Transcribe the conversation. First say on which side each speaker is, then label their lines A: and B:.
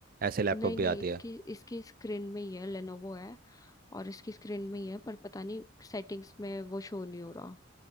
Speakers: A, on the right (about 45°); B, on the left (about 15°).
A: ऐसे लैपटॉप
B: नहीं नहीं
A: भी आती
B: इसकी
A: है
B: इसकी स्क्रीन में ही है लेनोवो है और इसकी स्क्रीन में ही है पर पता नहीं सेटिंग्स में वो शो नहीं हो रहा